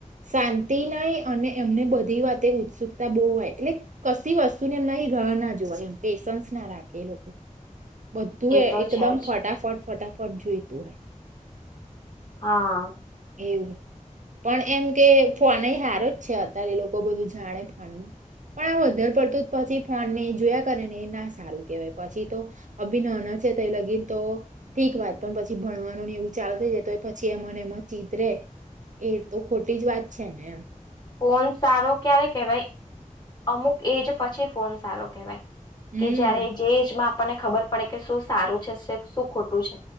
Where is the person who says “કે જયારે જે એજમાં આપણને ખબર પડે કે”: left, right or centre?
Left